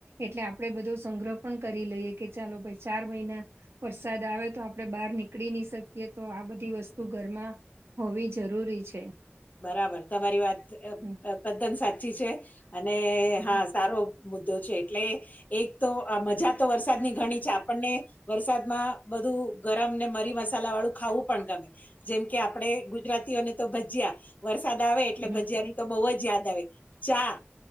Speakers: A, on the right (about 70°); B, on the left (about 40°).
A: એટલે આપણો બધો સંગ્રહ પણ કરી લઈએ કે ચાલો ભાઈ ચાર મહિના... વરસાદ આવે તો આપડે બહાર નીકળી નહી શકીએ તો આ બધી વસ્તુ ઘરમાં... હોવી જરૂરી છે.
B: બરાબર તમારી વાત
A: હમ
B: તદ્દન સાચી છે અને હા
A: હમ
B: સારો... મુદ્દો છે. એટલે એક તો આ મજા તો વરસાદની ઘણી છે આપણને... વરસાદમાં બધું ગરમ ને મરીમસાલા વાળું ખાવું પણ ગમે... જેમ કે આપડે ગુજરાતીઓને તો ભજીયા.. વરસાદ આવે એટલે
A: હમ
B: ભજીયા ની તો બહુ જ યાદ આવે ચા